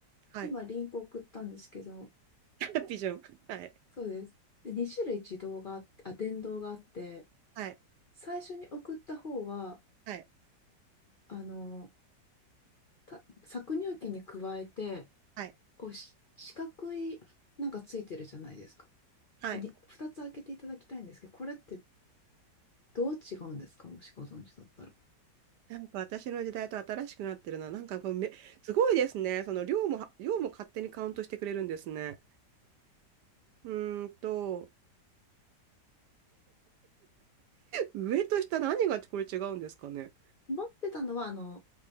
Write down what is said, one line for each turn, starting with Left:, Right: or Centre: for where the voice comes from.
Right: はい。
Left: 今リンク送ったんですけど、
Right: <laughs> ハッピーじゃん。はい。
Left: そうです。で、2種類自動があって、あ、電動があって、
Right: はい。
Left: 最初に送った方は、
Right: はい。
Left: あの、た搾乳機に加えて、
Right: はい。
Left: こうし四角いなんかついてるじゃないですか。
Right: はい。
Left: あ、に、二つ開けていただきたいんですけど、これってどう違うんですかもしご存知だったら。
Right: なんか私の時代と新しくなってるな。なんかこうめ、すごいですね。その量も、量も勝手にカウントしてくれるんですね。うーんと、上と下何がこれ違うんですかね。
Left: 持ってたのは、あの、